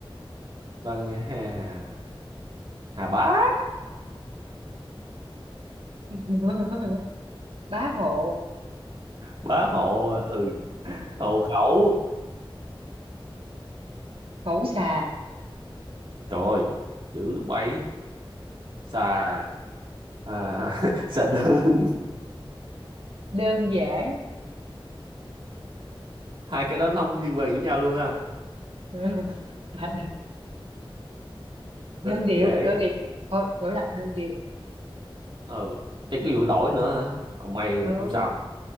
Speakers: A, on the right; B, on the right.
A: vâng hà hà bá
B: <laughs> bá hộ
A: bá hộ ừ
B: ừ.
A: hộ khẩu
B: khẩu xà
A: trời ơi dữ bậy xà à, <laughs> xà đơn
B: đơn giản
A: hai cái đó nó không liên quan gì với nhau luôn ha
B: <laughs> Ừ.
A: rất
B: đơn điệu
A: dễ
B: đơn điệu thôi đổi lại đơn điệu
A: ừ chắc cái vụ đổi nữa hả Ông may là
B: ừ.
A: không sao